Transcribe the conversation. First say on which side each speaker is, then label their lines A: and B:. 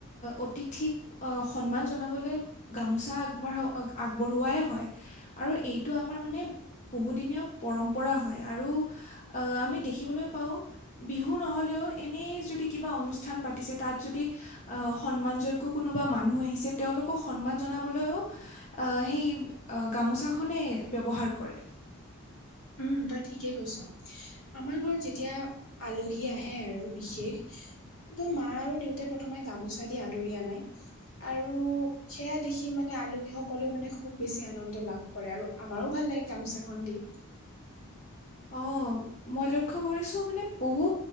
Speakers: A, on the left; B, on the left.
A: অতিথিক সন্মান জনাবলৈ গামোচা আগবঢ়া আগবঢ়োৱাই হয় আৰু এইটো আমাৰ মানে বহুদিনীয়া পৰম্পৰা হয় আৰু অ আমি দেখিবলৈ পাওঁ বিহু নহ'লেও এনেই যদি কিবা অনুষ্ঠান পাতিছে তাত যদি আহ সন্মান যোগ্য কোনোবা মানুহ আহিছে তেওঁলোকক সন্মান জনাবলৈও আহ সেই গামোচাখনে ব্যৱহাৰ কৰে
B: উম তই ঠিকেই কৈছ আমাৰ ঘৰত যেতিয়া আলহী আহে আৰু বিশেষ ত মা আৰু দেউতাই প্ৰথমে গামোচা দি আদৰি আনে আৰু সেয়া দেখি মানে আলহী সকলেও মানে খুব বেছি আনন্দ লাভ কৰে আৰু আমাৰো ভাল লাগে গামোচাখন দি
A: অ মই লক্ষ্য কৰিছোঁ মানে বহু